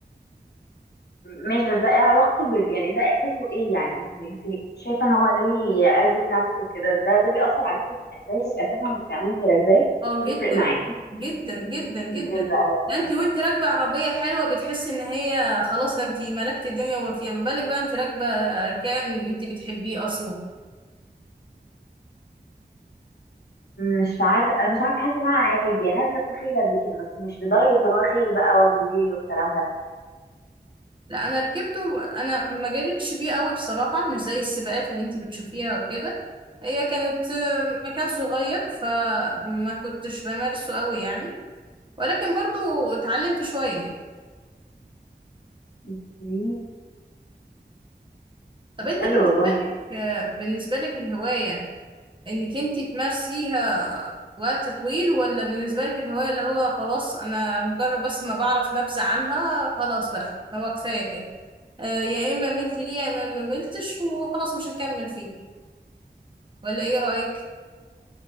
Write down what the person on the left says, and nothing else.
ماشي بس ده ايه علاقته بال يعني ده احساسه ايه يعني انت انت شايفة ان هو ليه عزة نفسه وكده ده ده بيأثر عليكي في احساسك اساسا بتاع وانت راكباه
بيفرق
معاكي
ازاي بقى يا فندم؟
مش عارفة مش عارفة حاسة ان انا عادي يعني انا ركبت خيل قبل كده بس مش لدرجة ان هو خيل بقى واجري بيه والكلام ده
اوكي
طب
حلو
والله